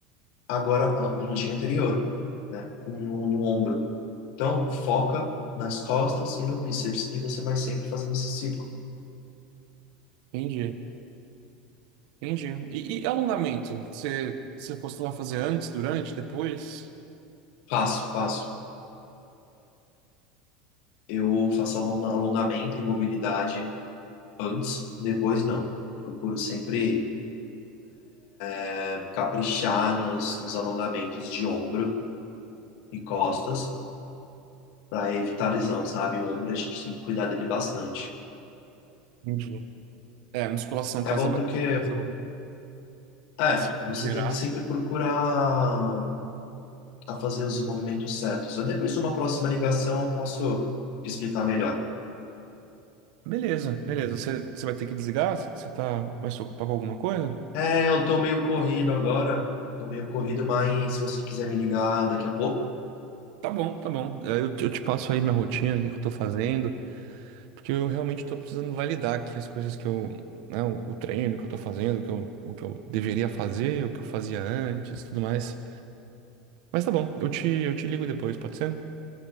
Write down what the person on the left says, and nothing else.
agora ah, no dia anterior, né? Com, no, no ombro. Então, foca nas costas e no bíceps. E você vai sempre fazendo esse ciclo.
Passo, passo. Eu faço alon- alongamento e mobilidade antes, depois não. Eu procuro sempre eh, caprichar nos, nos alongamentos de ombro e costas para evitar lesão, sabe? O ombro a gente tem que cuidar dele bastante.
É
bom
porque,
é,
você
tem que sempre procurar a fazer os movimentos certos. Eu, depois de uma próxima ligação eu posso te explicar melhor.
É, eu tô meio corrido agora, tô meio corrido, mas se você quiser me ligar daqui a pouco,